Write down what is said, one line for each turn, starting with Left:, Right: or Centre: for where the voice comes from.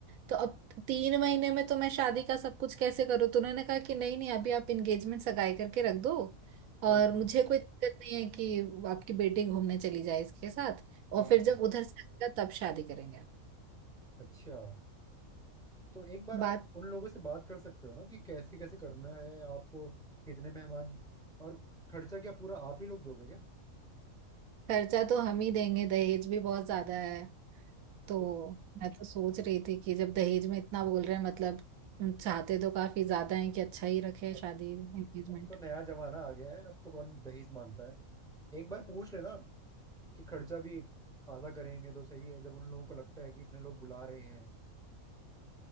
Right: तो अब तीन महीने में तो मैं शादी का सब कुछ कैसे करूँ तो उन्होंने कहा कि नहीं नहीं अभी आप एंगेजमेंट सगाई करके रख दो
Centre: हाँ
Right: और
Centre: हाँ
Right: मुझे
Centre: हाँ
Right: कोई दिक्कत नहीं है कि आपकी बेटी घूमने चली जाए इसके साथ और
Centre: हाँ
Right: फिर
Centre: हाँ
Right: जब उधर से आएगा तब शादी करेंगे
Centre: अच्छा तो एक बार
Right: बात
Centre: आप उन लोगों से बात कर सकते हो ना कि कैसे कैसे करना है आपको कितने मेहमान और खर्चा क्या पूरा आप ही लोग दोगे क्या
Right: खर्चा तो हम ही देंगे दहेज भी बहुत ज्यादा है
Centre: तो
Right: तो
Centre: एक-
Right: मैं तो सोच रही थी कि जब दहेज में इतना बोल रहे हैं मतलब उम, चाहते तो काफी ज्यादा है कि अच्छा ही रखे
Centre: अब
Right: शादी एंगेजमेंट
Centre: अब तो नया जमाना आ गया है अब तो कौन दहेज मांगता है एक बार पूछ लेना कि खर्चा भी आधा करेंगे तो सही है जब उन लोगों को लगता है कि इतने लोग बुला रहे हैं